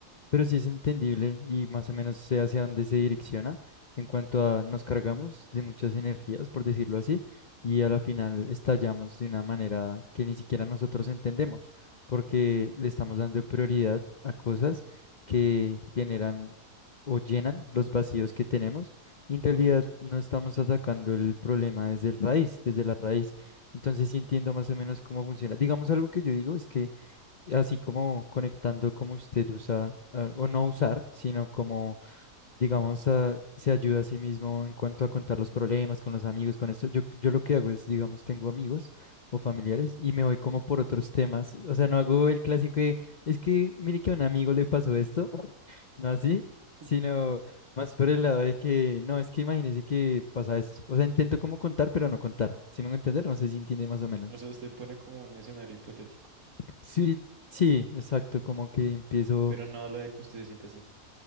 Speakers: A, on the left; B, on the right.
A: Pero sí es entendible y más o menos sé hacia dónde se direcciona en cuanto a nos cargamos de muchas energías, por decirlo así, y a la final estallamos de una manera que ni siquiera nosotros entendemos, porque le estamos dando prioridad a cosas que generan o llenan los vacíos que tenemos y en realidad
B: Correcto.
A: no estamos atacando el problema desde el raíz, desde la raíz. Entonces sí entiendo más o menos cómo funciona. Digamos algo que yo digo es que así como conectando como usted usa ah, o no usar, sino como, digamos, ah, se ayuda a sí mismo en cuanto a contar los problemas con los amigos, con esto. Yo, yo lo que hago es, digamos, tengo amigos o familiares y me voy como por otros temas. O sea, no hago el clásico de, es que mire que a un amigo le pasó esto, <laughs> no así, sino
B: <laughs>
A: más por el lado de que, no, es que imagínese que pasa esto. O sea, intento como contar, pero no contar. ¿Sí me van a entender? No sé si entiende más o menos.
B: O sea, usted pone como un escenario hipotético,
A: Sí, sí, exacto, como que empiezo.
B: pero no habla de que usted se sienta así.